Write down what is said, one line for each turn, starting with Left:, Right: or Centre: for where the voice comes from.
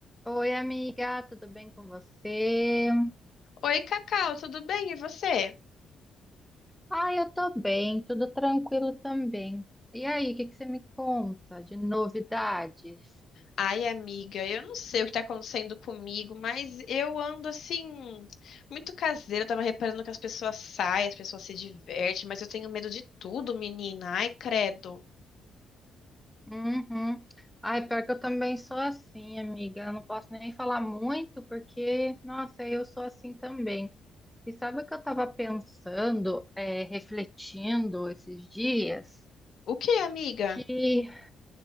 Centre: Oi, amiga, tudo bem com você?
Left: Oi, Cacau, tudo bem? E você?
Centre: Ah, eu tô bem, tudo tranquilo também. E aí, o que que você me conta de novidades?
Left: Ai, amiga, eu não sei o que tá acontecendo comigo, mas eu ando assim, muito caseira. Eu tava reparando que as pessoas saem, as pessoas se divertem, mas eu tenho medo de tudo, menina. Ai, credo.
Centre: Uhum. Ai, pior que eu também sou assim, amiga. Eu não posso nem falar muito, porque, nossa, eu sou assim também. E sabe o que eu tava pensando, é, refletindo esses dias?
Left: O que, amiga?
Centre: Que,